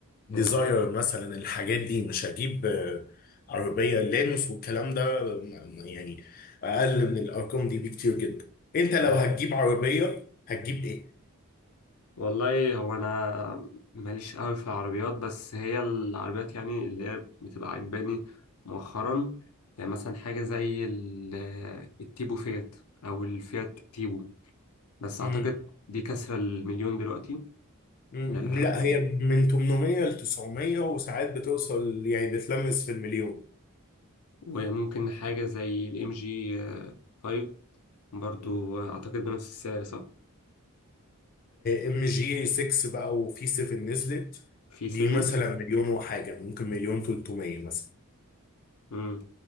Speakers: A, on the left (about 40°); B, on the left (about 90°).
A: ديزاير
B: يعني
A: مثلا الحاجات دي مش هجيب آه، عربية لانوس والكلام ده م- م- يعني اقل من الارقام دي بكتير جدا انت لو
B: انت
A: هتجيب عربية هتجيب ايه؟
B: والله هو انا ماليش قوي في العربيات بس هي العربيات يعني اللي هي بتبقى عجباني مؤخرا يعني مثلا حاجه زي ال- التيبو فيات او الفيات تيبو بس
A: مم.
B: اعتقد دي كسره المليون دلوقتي
A: مم.
B: آه،
A: لا
B: و-
A: هي من 800 ل 900 وساعات بتوصل يعني بتلمس في المليون
B: وممكن حاجه زي الام جي 5 برضو آه، اعتقد بنفس السعر صح
A: ام جي 6 بقى وفي 7 نزلت
B: في
A: دي
B: 7
A: مثلا مليون وحاجة ممكن مليون 300 مثلا
B: امم